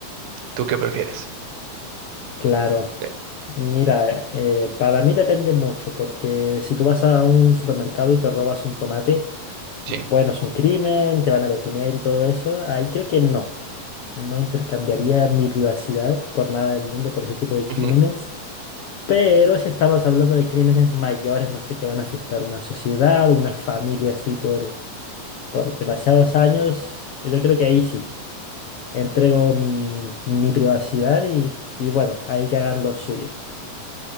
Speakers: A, on the right; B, on the left.
A: ¿Tú qué prefieres?
B: Claro.
A: Sí.
B: Mira, eh, para mí depende mucho, porque si tú vas a un supermercado y te robas un tomate,
A: Sí,
B: bueno, es un crimen, te van a detener y todo eso. Ahí creo que no. No intercambiaría mi privacidad por nada del mundo por ese tipo de crímenes.
A: Ujú.
B: Pero si estamos hablando de crímenes mayores, no sé, que van a afectar una sociedad, una familia así por, por demasiados años, yo creo que ahí sí. Entrego mi, mi privacidad y, y bueno, ahí que hagan lo suyo.